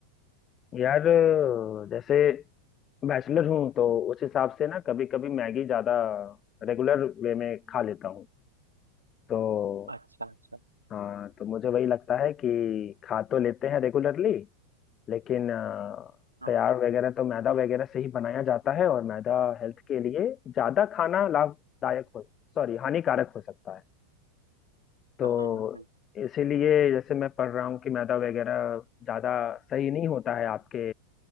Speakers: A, on the left; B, on the right.
A: यार जैसे बैचलर हूँ तो उस हिसाब से ना कभी कभी मैगी ज्यादा रेगुलर वे में खा लेता हूँ तो
B: अच्छा अच्छा
A: हाँ तो मुझे वही लगता है कि खा तो लेते हैं रेगुलरली लेकिन अ,
B: हाँ
A: तैयार वगैरह तो मैदा वगैरह से ही बनाया जाता है और मैदा हेल्थ के लिए ज्यादा खाना लाभदायक हो सॉरी हानिकारक हो सकता है तो
B: हाँ हाँ
A: इसीलिए जैसे मैं पढ़ रहा हूँ कि मैदा वगैरह ज्यादा सही नहीं होता है आपके